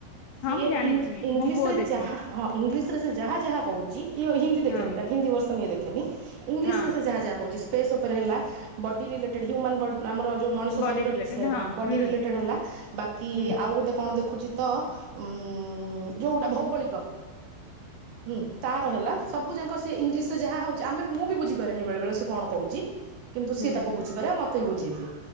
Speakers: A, on the left; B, on the right.
A: ହଁ
B: କିଏ
A: ମୁଁ ଜାଣିଛି
B: ଇଂଲିଶ
A: ମୋ ପୁଅ
B: ରେ
A: ଦେଖେ
B: ଯାହା ହଁ ଇଂଲିଶ ସେ ଯାହା ଯାହା କହୁଛି ହିନ୍ଦ ଦେଖେନି
A: ହଁ
B: ତାର ହିନ୍ଦୀ ବର୍ଷ <inaudible> ଦେଖେନି ଇଂଲିଶରେ
A: ହଁ।
B: ସେ ଯାହା ଯାହା କହୁଛି। ଫେସ ଉପରେ ହେଲା ବଡି ରିଲେଟେଡ୍ ହ୍ୟୁମାନ ବ ଆମ ହଁ ଜଉ ମଣିଷ
A: ବଡି
B: ଶରୀର
A: ରିଲେଟେଡ
B: ବିଷୟରେ ହଁ ବଡି
A: ହୁଁ
B: ରିଲେଟେଡ ହେଲା ବାକି
A: ହୁଁ
B: ଆଉ ଗୁଟେ କଣ ଦେଖୁ ଉଚିତ ଉ ଯୋଉଟା ଭୌଗୋଳିକ ହୁଁ ତାର ହେଲା ସବୁ ଯାକ ସେ ଇଂଲିଶ ସେ ଯାହା ହଉଛି ଆମେ ବି ମୁଁ ବି ବୁଝିପାରିନି ବେଳେ ବଳେ ସେ କଣ କହୁଛି। କିନ୍ତୁ
A: ହୁଁ
B: ସଏ ତାକୁ ବୁଝିପାରେ ମତ ମତେ ବୁଝିଦିଏ